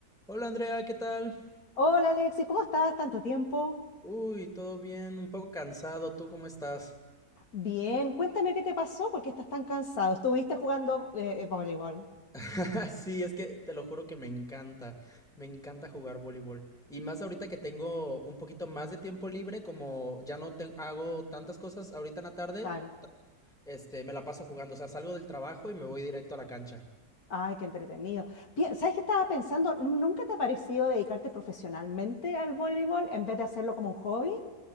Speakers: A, in the centre; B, on the left.
A: Hola Andrea, ¿qué tal?
B: Hola Alexis, ¿cómo estás? ¿Tanto tiempo?
A: Uy, todo bien, un poco cansado, ¿tú cómo estás?
B: Bien, cuéntame qué te pasó, porque estás tan cansado? ¿Estuviste jugando eh, eh, voleibol?
A: <laughs> Sí, es que te lo juro que me encanta, me encanta jugar voleibol. Y más ahorita que tengo un poquito más de tiempo libre, como ya no te- hago tantas cosas ahorita en la tarde,
B: Claro.
A: este, me la paso jugando, o sea, salgo del trabajo y me voy directo a la cancha.
B: Ay, qué entretenido. Pi- ¿Sabes qué estaba pensando? ¿Nunca te ha parecido dedicarte profesionalmente al voleibol en vez de hacerlo como un hobby?